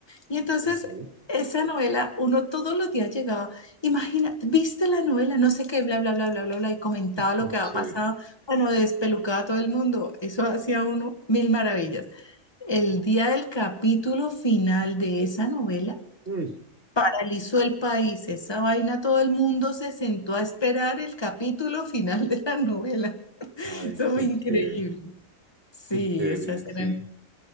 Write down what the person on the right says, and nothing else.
ok,
tan
Chévere.
Mm.
Ay,
qué
chévere,
qué chévere,
sí.